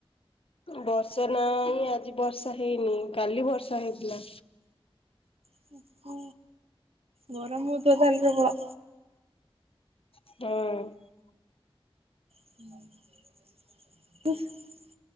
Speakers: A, on the left; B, on the right.
A: ବର୍ଷା ନଁ ଆଜି ବର୍ଷା ହେଇନି କାଲି ବର୍ଷା ହେଇଥିଲା।
B: ଓ ହୋ। ଗରମ ହଉଥିବ ତାହେଲେ ପ୍ରବଳ?
A: ହୁଁ।
B: <unintelligible>